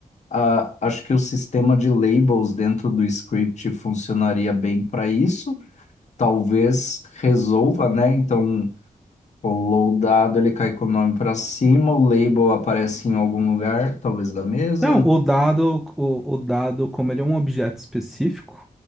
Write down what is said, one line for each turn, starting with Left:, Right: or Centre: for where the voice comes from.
Left: Ah, acho que o sistema de labels dentro do script funcionaria bem para isso talvez resolva, né? Então, Rolou o dado, ele cai com o nome para cima, o label aparece em algum lugar, talvez da mesa.
Centre: Não, o dado, o, o dado, como ele é um objeto específico,